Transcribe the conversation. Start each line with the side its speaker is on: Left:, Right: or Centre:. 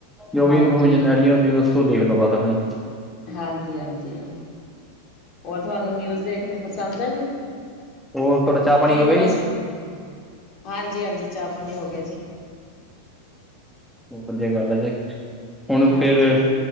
Centre: ਜੋ
Left: ਹਾਂਜੀ
Centre: ਵੀ ਇਨਫੋਰਮੇਸ਼ਨ ਲੈਣੀ ਹੈ ਉਹ ਨਿਊਜ਼ ਤੋਂ ਦੇਖ ਲੋ ਬਸ ਆਪਣੀ।
Left: ਹਾਂਜੀ-ਹਾਂਜੀ। ਔਰ ਤੁਹਾਨੂੰ ਨਿਊਜ ਦੇਖਣੀ ਪਸੰਦ ਆ ਜੀ,
Centre: ਹੋਰ ਤੁਹਾਡਾ ਚਾਹ ਪਾਣੀ
Left: ਕਿ
Centre: ਹੋ ਗਿਆ
Left: ਬਸ
Centre: ਜੀ
Left: ਹਾਂਜੀ-ਹਾਂਜੀ, ਚਾਹ ਪਾਣੀ ਹੋ ਗਿਆ ਜੀ।
Centre: ਬੋਤ ਵਧੀਆ ਗੱਲ ਐ ਜੇ, ਹੁਣ
Left: ਹਾਂਜੀ
Centre: ਫੇਰ